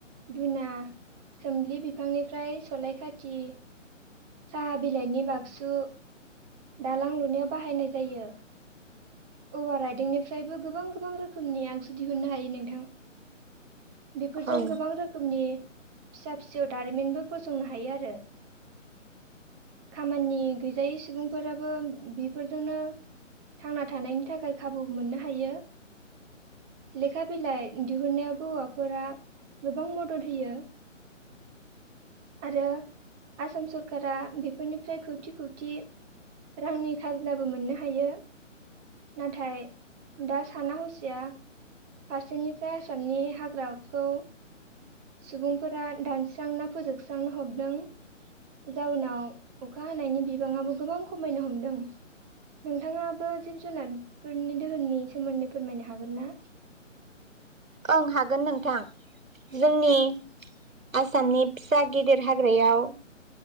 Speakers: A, on the right (about 15°); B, on the right (about 85°).
A: दुना सोम्लि बिफांनिफ्राय सलाय खाथि साहा बिलायनि बागसु दालां लुनायाव बाहायनाय जायो औवा राइदोंनिफ्रायबो गोबां गोबां रोखोमनि आगजु दिहुनो हायो नोंथां बेफोरजों
B: औ
A: गोबां रोखोमनि फिसा फिसौ दारिमिनबो फसंनो हायो आरो खामानि गैजायै सुबुंफोराबो बेफोरजोंनो थांनानै थानायनि थाखाय खाबु मोननो हायो लेखा बिलाइ दिहुननायावबो हौवाफोरा गोबां मदद होयो आरो आसाम सरकारा बेफोरनिफ्राय खौथि खौथि रांनि खाजोनाबो मोननो हायो नाथाय दा साना हसिया फारसेनिफ्राय आसामनि हाग्राखौ सुबुंफोरा दानस्रांना फोजोबस्रांनो हमदों जउनाव अखा हानायनि बिबाङाबो गोबां खमायनो हमदों नोंथाङाबो जिब जुनारफोरनि दोहोननि सोमोन्दै फोरमायनो हागोन ना
B: ओं हागोन नोंथां जोंनि आसामनि फिसा गिदिर हाग्रायाव